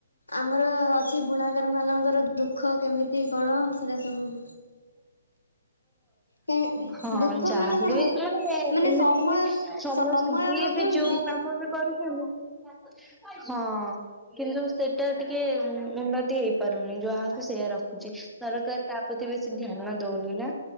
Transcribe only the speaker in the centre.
ହଁ
ଚାହାଲେବି
ମାନେ ଏମିତି
ସମସ୍ତେ
ଯିଏ
ବି ଯୋଉ କାମ ବି କରୁଛନ୍ତି ହଁ କିନ୍ତୁ ସେଟା ଟିକେ ଉନ୍ନତି ହେଇପାରୁନି ଯାହାକୁ ସେୟା ରଖୁଛି ସରକାର ତା ପ୍ରତିବି ଛି ଧ୍ୟାନ ଦଉନି ନା। <unintelligible>